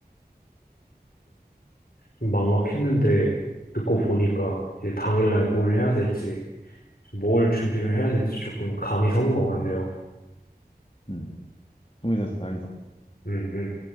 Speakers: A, on the left; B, on the left.
A: 좀 막막했는데 듣고 보니까 이제 당일날 뭘 해야 될지, 뭘 준비를 해야 될지 조금 감이 서는 것 같네요.
B: 음. 도움이 돼서 다행이다.
A: 음, 음.